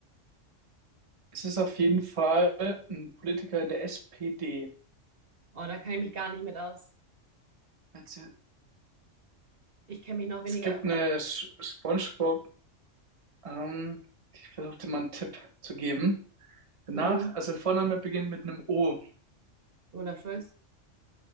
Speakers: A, on the right; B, on the right.
A: Es ist auf jeden Fall ein Politiker der SPD.
B: Oh, da kann ich mich gar nicht mit aus.
A: Also,
B: Ich kenne mich noch weniger.
A: es gibt
B: Oh
A: eine
B: Gott.
A: Sch- SpongeBob, ähm, ich versuche dir mal einen Tipp zu geben. Danach,
B: Mhm.
A: also der Vorname beginnt mit einem O.
B: Olaf Scholz.